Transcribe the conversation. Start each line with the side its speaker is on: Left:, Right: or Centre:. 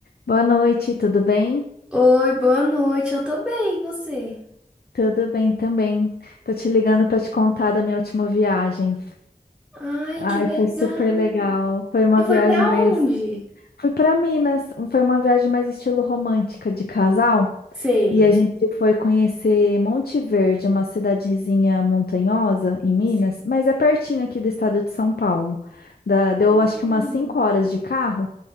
Left: Boa noite, tudo bem?
Centre: Oi, boa noite. Eu tô bem, e você?
Left: Tudo bem também. Tô te ligando pra te contar da minha última viagem.
Centre: Ai,
Left: Ai,
Centre: que legal.
Left: foi super legal. Foi uma
Centre: Você
Left: viagem
Centre: foi pra
Left: mais.
Centre: onde?
Left: Fui pra Minas, foi uma viagem mais estilo romântica de casal.
Centre: Sei.
Left: E a gente foi conhecer Monte Verde, uma cidadezinha montanhosa em Minas,
Centre: Sei.
Left: mas é pertinho aqui do estado de São Paulo. Da- Deu
Centre: Hum,
Left: acho que umas 5 horas de carro.